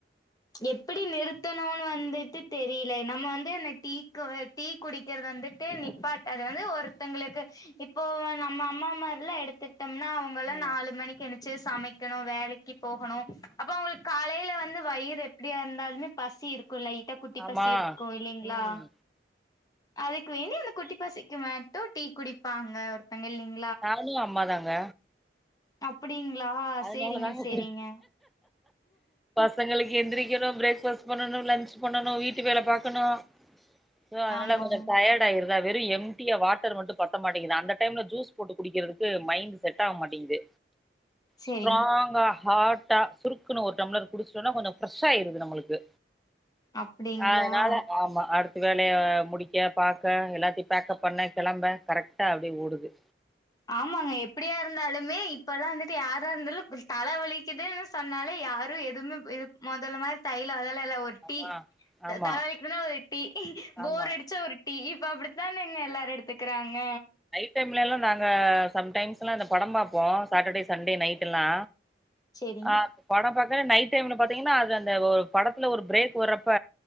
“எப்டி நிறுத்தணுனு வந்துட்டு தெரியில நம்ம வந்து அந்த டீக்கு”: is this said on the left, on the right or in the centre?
Left